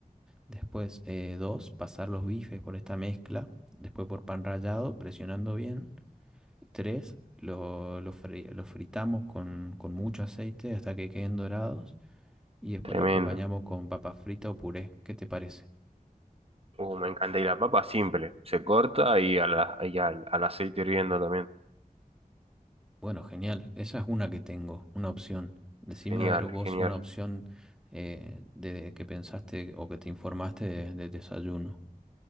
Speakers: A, in the centre; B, on the right (about 40°).
A: Después eh, dos, pasar los bifes por esta mezcla. Después por pan rallado, presionando bien. Tres, lo, lo fri- lo fritamos con, con mucho aceite hasta que queden dorados. Y después
B: tremendo.
A: la acompañamos con papa frita o puré. ¿Qué te parece?
B: Uh, me encanta. Y la papa simple, se corta y, a la, y al, al aceite hirviendo también.
A: Bueno, genial. Esa es una que tengo, una opción. Decime
B: Genial,
A: a ver vos
B: genial.
A: una opción eh, de que pensaste o que te informaste de, de desayuno.